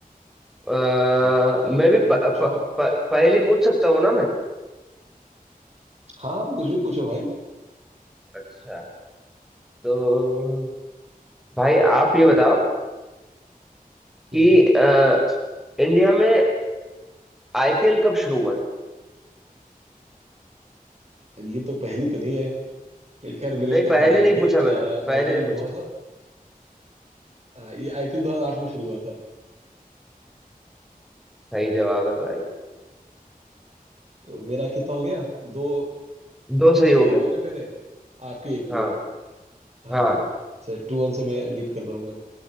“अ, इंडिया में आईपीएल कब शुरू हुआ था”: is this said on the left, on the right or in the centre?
Centre